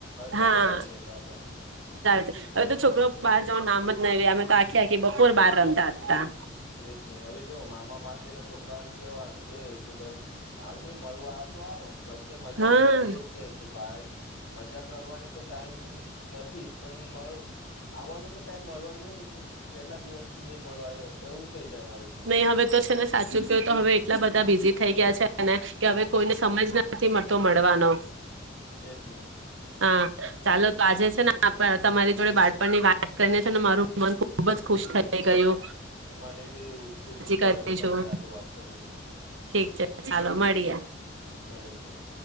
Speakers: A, on the left; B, on the right.
A: મજા
B: હા
A: જ આવી જતા હતા.
B: <inaudible> હવે તો છોકરાઓ બહાર જવાનું નામ જ નય લે અમે તો આખી આખી બપોર બહાર રમતા હતા.
A: તેજ ને હવે જો મામા માસી ના છોકરાઓની કે વા કે કેભાઈ આવની મળવા આવતો આવો બધે મજા
B: હા
A: કરીએ એક એક ભાઈ મજા કરવાની તો ટાઈમ નથી. પણ મળ આવવાનો તો ટાઈમ મળવા જોઈએ. કેટલા દિવસ થી નઈ મળવા આવ્યોએ. એવું થઈ જાય હવે તો
B: નહી હવે તો છે ને સાચું કયોં તો હવે એટલા બધા બિઝી થઈ ગયા છેને કે, હવે કોઈને સમજ નથી મળતો મળવાનો.
A: એજ ને
B: હા ચાલો આજે છેને, આપ તમારી જોડે બાળપણ ની વાત કરીને છે ને, મારું મન ખુબ જ ખુશ થઈ ગયૂ.
A: મને બી ખુશી થઈ
B: કરીશું
A: હવે, તમારી હાથે વાત કરીને.
B: ઠીક છે! ચાલો મળીએ.
A: મળીએ ચલો